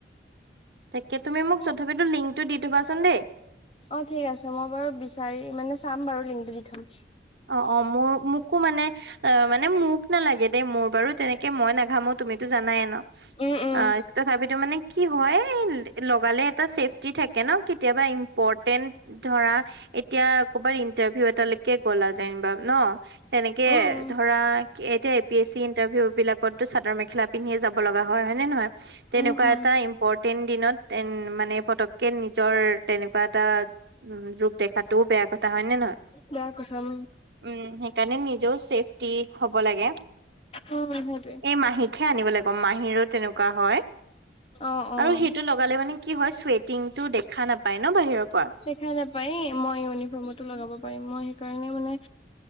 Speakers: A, on the right; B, on the left.
A: তাকে তুমি মোক
B: মানে
A: তথাপিতো লিংকটো দি থবাচোন দেই।
B: অ ঠিক আছে মই বাৰু বিচাৰি মানে চাম বাৰু লিংকটো দি থম।
A: অ অ মোৰ মোকো মানে অ মানে মোক নালাগে দেই মোৰ বাৰু তেনেকে মই নাঘামো তুমিতো জানাই ন।
B: উম উম
A: অ তথাপিতো মানে কি হয় লগালে এটা চেফটি থাকে ন কেতিয়াবা ইম্পৰ্টেন্ট ধৰা এতিয়া কৰবাৰ ইন্টাৰভিউ এটালৈকে গলা যায় ন তেনেকে
B: উম উম
A: ধৰা এতিয়া এ পি এছি ইন্টাৰভিউ বিলাক টো চাদৰ মেখেলা পিন্ধে যাব লগা হয় নে নহয় তেনেকোৱা
B: উম উম
A: এটা ম্পৰ্টেণ্ট দিনত এণ্ড মানে পতককে নিজৰ তেনেকোৱা এটা উম ৰোগ দেখাটোও বেয়া কথা হয় নে নহয়।
B: মা কচম
A: উম সেইকাৰণে নিজেও ছেফটি হব লাগে
B: উম সেইটোৱে
A: এ মাহী কহে আনিবলে কম মাহীৰো তেনেকোৱা হয়
B: অ অ
A: আৰু সেইটো লগালে মানে কি হয় টিংটো দেখা নাপায় ন বাহিৰৰ পৰা।
B: দেখা নাপায়ে মই ইউনিফৰ্মতো লগাব পাৰিম মই সেইকাৰণে মানে